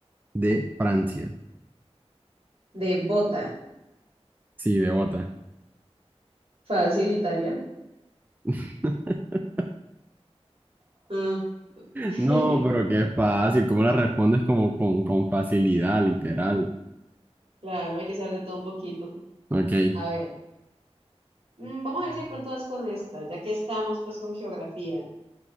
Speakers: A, on the right; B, on the right.
A: D. Francia.
B: De bota.
A: Sí, de gota.
B: Fácil, Italia.
A: <laughs>
B: Ah, <laughs>
A: No, pero qué fácil, cómo la respondes como con, con facilidad, literal.
B: Claro, hay que saber de todo un poquito.
A: Ok.
B: A ver, mm, vamos a ver si de pronto das con esta, ya que estamos pues con geografía.